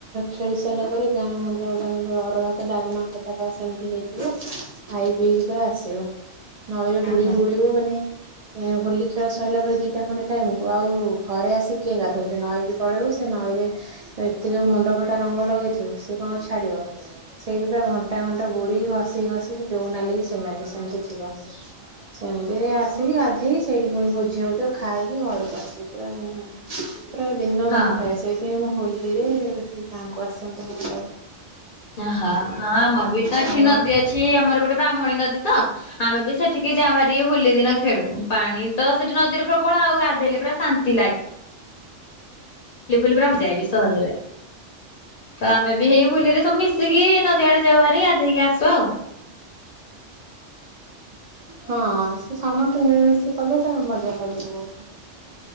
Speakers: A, on the right (about 55°); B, on the left (about 55°).
A: ଖେଳି ସାରିଲା ପରେ ଗାଁ ମୁଣ୍ଡରେ ଗୋଟେ ଅରୁଆ ଭାତ, ଡାଲମା, ଖଟା ବା ସେମିତି ହେଇଥିବ ଆଇ ପିଇକି ପରେ ଆସିବୁ। ନଈରେ
B: ହଁ
A: ବୁଡିବୁ ବୁଡିବୁ ମାନେ ହୋଲି ଖେଳ ସରିଲା ପରେ ଦିଟା ଖଣ୍ଡେ ଟାଇ ହବ ଆଉ ଘରେ ଆସି କିଏ ଗାଧଉଛି, ନଈକି ପଳେଇବ ସେ ନଈରେ ସେଠି ଯୋଉ। ମୁଣ୍ଡ ଫଟା ରଙ୍ଗ ଲଗେଇଥିବୁ ସିଏ କଣ ଆଉ ଛାଡିବ ସେଇଠି ପୁରା ଘଣ୍ଟା ଘଣ୍ଟା ବୁଡି କି, ଘଷି ଘଷି, ଯୋଉ ନଲି ସେ ନ ସେମିତି। ସେମିତି ହିଁ ଆସିକି ଗାଧେଇ ସେଇଠି ପୁଣି ଭୋଜି ହଉଛି ଖାଇକି ଘରକୁ ଆସିକି ପୁରା। ପୁରା ଦିନ
B: ହଁ।
A: ମାନ କାଇସଇତ ମୁଁ। ହୋଲିରେ ଗାଁକୁ ଆସନ୍ତୁନି କହି
B: ହଁ ହଁ ଆମର ବି ତ
A: ହୁଁ
B: ଏଠି ନଦୀ ଅଛି, ଆମର ଗୋଟେ ବ୍ରାହ୍ମଣୀ ନଦୀ ତ, ଆମେ ବି ସେଠିକି ଯାଉ ହେରି ହୋଲି ଦିନ ଖେଳୁ, ପାଣି ତ ସେଠି ନଦୀରେ ପ୍ରବଳ, ଆଉ ଗାଧେଇଲେ ପୁରା ଶାନ୍ତି ଲାଗେ। ଫୁଲି ଫୁଲି ପୁରା ଯାଏବି ସହଜରେ। ତ ଆମେ ବି ହେଇ ହୁଲିରେ ସବୁ ମିଶିକି ନଦୀଆଡେ ଯାଉ ବାହାରି ଗାଧେଇକି ଆସୁ ଆଉ।
A: ହଁ ସମସ୍ତେ ମିଳିମିଶି କଲେ ତ ମଜା ଲାଗିବ ବହୁତ।